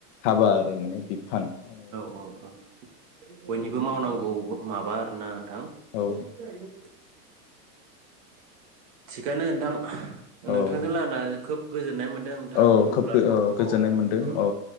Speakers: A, on the left; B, on the right.
A: हाबा आरो माने बिफान ।
B: अ अ बयनि बो मावनांगौ माबा आरोना
A: औ
B: <unintelligible> थिगानो नोंथां ।
A: औ
B: नोंथांजों रायलायनानै खोब गोजोन्नाय मोन दों नोंथां
A: औ खोब
B: अब्लाथ' औ
A: गोजोननाय मोनदों
B: उम
A: औ